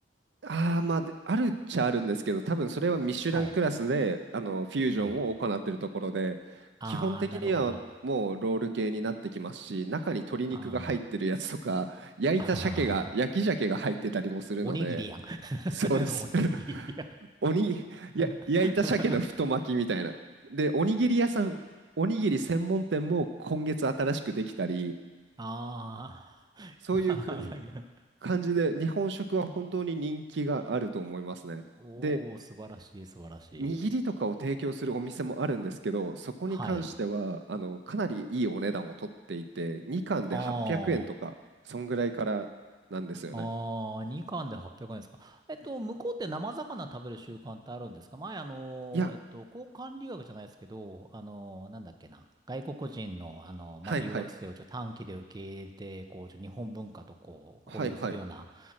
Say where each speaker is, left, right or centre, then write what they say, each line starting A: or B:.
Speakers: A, on the right; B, on the right.
A: ああ、まあ、であるっちゃあるんですけど、多分それはミシュランクラスで、
B: はい。
A: あの、フュージョンを行っているところで、
B: ええ。ああ、
A: 基本的にはもうロール系になってきますし、
B: なるほど。あ
A: 中に鶏肉が入ってるやつとか、
B: あ。
A: 焼いた鮭が、
B: <laughs> あははは
A: 焼き鮭が入ってたりもするので、
B: おにぎりやん。<laughs>
A: そうです。
B: おにぎりやん。
A: <laughs> 鬼、や、
B: <laughs>
A: 焼いた鮭の太巻きみたいな。で、おにぎり屋さん、おにぎり専門店も今月新しくできたり、
B: ああ。
A: そういう感じ
B: <laughs> まあ、なんか、
A: 感じで、日本食は本当に人気があると思いますね。
B: おー、
A: で、
B: 素晴らしい、素晴らしい。
A: 握りとかを提供するお店もあるんですけど、そこに関しては、
B: はい。
A: あの、かなりいいお値段を取っていて、2貫で800円とか、
B: ああ。
A: そんぐらいからなんですよね。
B: ああ、2貫で800円ですか。えっと、向こうって生魚食べる習慣ってあるんですか前、あのー、
A: いや、
B: えっと、交換留学じゃないですけど、あのー、なんだっけな。外国人の、あのー、まあ、
A: はいはい、
B: 留学生をちょっと短期で受け入れて、こう、ちょっと日本文化とこう、
A: はいはい。
B: 交流するような